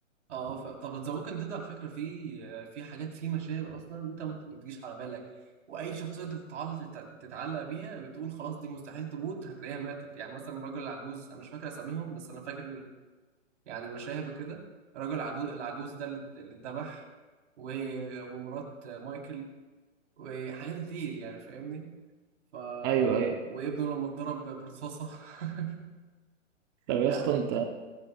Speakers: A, on the right (about 65°); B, on the right (about 20°).
A: اه ف... طب ذا ووكينج ديد على فكره في آه، في حاجات في مشاهد اصلا انت ما ت- ما تجيش على بالك واي شخصيه انت تتعلق تتعلق بيها بتقول خلاص دي مستحيل تموت هتلاقيها ماتت يعني مثلا الراجل العجوز انا مش فاكر اساميهم بس انا فاكر يعني مشاهد وكده الراجل العجو- العجوز ده اللي اللي اتذبح و- ومرات مايكل وحاجات كتير يعني فاهمني ف
B: ايوه ايوه
A: وابنه لما اتضرب برصاصة <laughs>
B: طب
A: يعني
B: يا اسطى انت